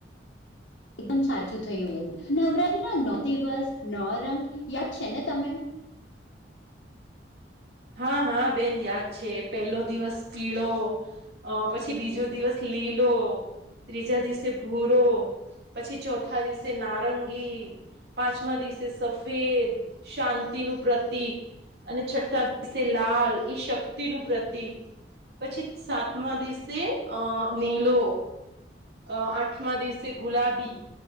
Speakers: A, on the left; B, on the right.
A: એકદમ સાચું થયું એ નવરાત્રીના નવ દિવસ નો રંગ યાદ છે ને તમે?
B: હા, હા બેન યાદ છે પેલો દિવસ પીળો. અ પછી બીજો દિવસ લીલો. ત્રીજા દિવસે ભૂરો, પછી ચોથા દિવસે નારંગી. પાંચમા દિવસે સફેદ શાંતિનું પ્રતીક અને છઠ્ઠા દિવસે લાલ એ શક્તિનું પ્રતીક પછી સાતમા દિવસે અ નીલો. અ આઠમા દિવસે ગુલાબી.